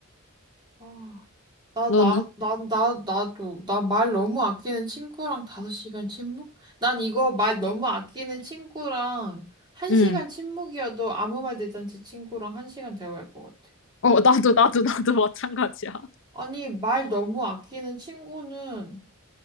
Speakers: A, on the right; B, on the left.
A: 와, 나,
B: 너는?
A: 나, 나, 나, 나도. 나 말 너무 아끼는 친구랑 다섯 시간 침묵? 난 이거 말 너무 아끼는 친구랑 한
B: 응.
A: 시간 침묵이어도 아무 말 대잔치 친구랑 한 시간 대화할 것 같아.
B: 어, 나도, 나도, 나도 마찬가지야. <laughs>
A: 아니, 말 너무 아끼는 친구는,